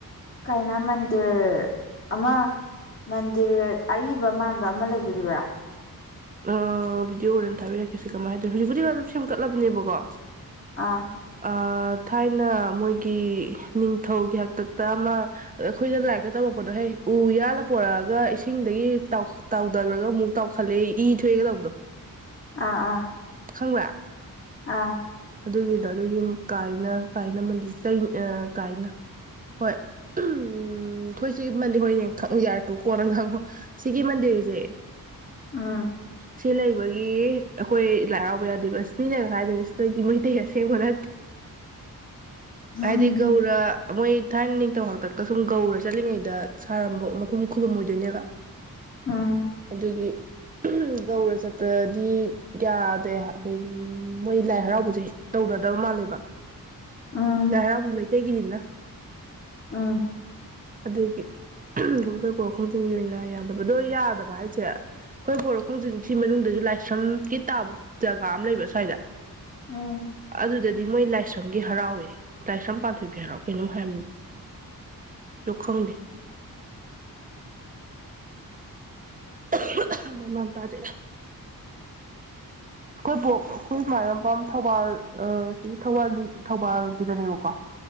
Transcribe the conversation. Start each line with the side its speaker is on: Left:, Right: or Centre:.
Left: ꯀꯥꯏꯅ ꯃꯟꯗꯤꯔ ꯑꯃ ꯃꯟꯗꯤꯔ ꯑꯔꯤꯕ ꯃꯥꯟꯕ ꯑꯃ ꯂꯩꯕꯗꯨꯔꯥ
Right: ꯑ ꯕꯤꯗꯤꯑꯣ ꯍꯣꯔꯦꯟ ꯊꯥꯕꯤꯔꯛꯀꯦꯁꯦ ꯀꯃꯥꯏꯅ ꯍꯥꯏꯗꯣꯏꯅꯣ ꯍꯧꯖꯤꯛꯄꯨꯗꯤ ꯑꯗꯨꯝ ꯁꯦꯝꯒꯠꯂꯕꯅꯦꯕꯀꯣ
Left: ꯑꯥ
Right: ꯑꯥ ꯊꯥꯏꯅ ꯃꯣꯏꯒꯤ ꯅꯤꯡꯊꯧꯒꯤ ꯍꯥꯛꯇꯛꯇ ꯑꯃ ꯑꯩꯈꯣꯏꯅ ꯂꯥꯏꯔꯤꯛꯀ ꯇꯝꯃꯛꯄꯗꯣꯍꯦ ꯎ ꯌꯥꯜꯂ ꯄꯣꯔꯛꯑꯒ ꯏꯁꯤꯡꯗꯒꯤ ꯇꯥꯎ ꯇꯥꯎꯗꯒꯔꯒ ꯑꯃꯨꯛ ꯇꯥꯎ <unintelligible> ꯏ ꯊꯣꯛꯑꯦꯅ ꯇꯧꯕꯗꯣ
Left: ꯑꯥ ꯑꯥ
Right: ꯈꯪꯕ꯭ꯔꯥ
Left: ꯑꯥ
Right: ꯑꯗꯨꯒꯤꯗꯣ ꯑꯗꯨꯒꯤ ꯀꯥꯏꯅ ꯀꯥꯏꯅ ꯃꯟꯗꯤꯔ ꯀꯥꯏꯅ ꯍꯣꯏ ꯎꯝ ꯑꯩꯈꯣꯏ ꯁꯤ ꯃꯟꯗꯤꯔ ꯍꯣꯏꯑꯦ ꯈꯪꯏ ꯌꯥꯏ꯭ꯔꯦ ꯇꯣꯛꯑꯣ ꯀꯣꯟꯅ ꯉꯥꯡꯉꯣ ꯁꯤꯒꯤ ꯃꯟꯗꯤꯔꯁꯦ
Left: ꯎꯝ
Right: ꯁꯤ ꯂꯩꯕꯒꯤ ꯑꯩꯈꯣꯏ ꯂꯥꯏ ꯍꯔꯥꯎꯕ ꯌꯥꯗꯦꯕ ꯁꯤꯅ ꯀꯥꯏꯗꯦ <unintelligible> ꯃꯩꯇꯩ ꯑꯁꯦꯡꯕ ꯅꯠꯇꯦ
Left: ꯎꯝ
Right: ꯍꯥꯏꯗꯤ ꯒꯧꯔ ꯃꯣꯏ ꯊꯥꯏꯅ ꯅꯤꯡꯊꯧ ꯍꯥꯛꯇꯛꯇ ꯁꯨꯝ ꯒꯧꯔ ꯆꯠꯂꯤꯉꯩꯗ ꯁꯥꯔꯝꯕ <unintelligible> ꯈꯨꯕꯝ ꯑꯣꯏꯗꯣꯏꯅꯦꯕ
Left: ꯎꯝ
Right: ꯑꯗꯨꯒꯤ ꯒꯧꯔ ꯆꯠꯄꯗꯤ ꯌꯥꯗꯦ ꯎꯝ ꯃꯣꯏ ꯂꯥꯏ ꯍꯔꯥꯎꯕꯁꯦ ꯇꯧꯅꯗꯕ ꯃꯥꯜꯂꯦꯕ
Left: ꯎꯝ
Right: ꯂꯥꯏꯍꯔꯎꯕꯖ ꯃꯩ <unintelligible>
Left: ꯎꯝ
Right: ꯑꯗꯨꯒꯤ ꯑꯗꯨꯝ ꯑꯩꯈꯣꯏ ꯕꯣꯔꯣꯛꯈꯣꯟꯖꯟꯒꯤ ꯑꯣꯏꯅ ꯌꯥꯗꯕꯗꯣ ꯌꯥꯗꯕ ꯍꯥꯏ ꯁꯦ ꯑꯩꯈꯣꯏ ꯕꯣꯔꯣꯛ ꯈꯣꯡꯖꯟꯁꯤ ꯃꯅꯨꯡꯗꯁꯨ ꯂꯥꯏꯁ꯭ꯔꯝꯒꯤ ꯇꯥꯕ ꯖꯒꯥ ꯑꯃ ꯂꯩꯕ ꯁꯁ꯭ꯋꯥꯏꯗ
Left: ꯎꯝ
Right: ꯑꯗꯨꯗꯗꯤ ꯃꯣꯏ ꯂꯥꯏꯁ꯭ꯔꯝꯒꯤ ꯍꯔꯥꯎꯋꯦ ꯂꯥꯏꯁ꯭ꯔꯝ ꯄꯥꯟꯊꯣꯏꯕꯤ ꯍꯔꯥꯎ ꯀꯩꯅꯣꯝ ꯍꯥꯏꯕꯅꯤ ꯑꯗꯨ ꯈꯪꯗꯦ <unintelligible> ꯇꯥꯗꯦꯗ ꯑꯩꯈꯣꯏꯕꯣꯛ ꯑꯩꯈꯣꯏꯃꯥꯏꯔꯝꯄꯥꯝ ꯊꯧꯕꯥꯜ ꯑ ꯑꯁꯤꯒꯤ ꯊꯧꯕꯥꯜꯒꯤ ꯊꯧꯕꯥꯜꯒꯤꯗꯅꯦꯕꯀꯣ